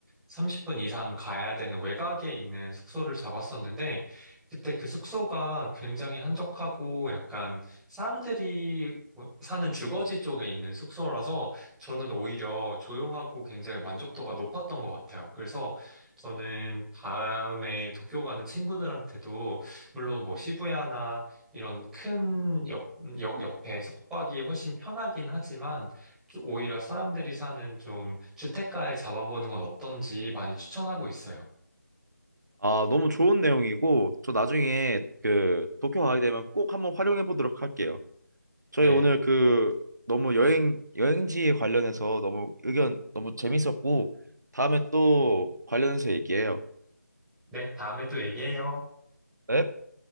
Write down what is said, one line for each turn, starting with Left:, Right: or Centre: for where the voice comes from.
Centre: 30분 이상 가야 되는 외곽에 있는 숙소를 잡았었는데, 그때 그 숙소가 굉장히 한적하고 약간 사람들이 뭐 사는 주거지 쪽에 있는 숙소라서 저는 오히려 조용하고 굉장히 만족도가 높았던 것 같아요. 그래서 저는 다음에 도쿄 가는 친구들한테도 물론 뭐 시부야나 이런 큰 역, 역 옆에 숙박이 훨씬 편하긴 하지만 좀 오히려 사람들이 사는 좀 주택가에 잡아보는 건 어떤지 많이 추천하고 있어요.
Right: 아, 너무 좋은 내용이고, 저 나중에 그 도쿄 가게 되면 꼭 한번 활용해 보도록 할게요. 저희
Centre: 네.
Right: 오늘 그 너무 여행, 여행지에 관련해서 너무 의견 너무 재밌었고, 다음에 또 관련해서 얘기해요.
Centre: 네, 다음에 또 얘기해요.
Right: 네?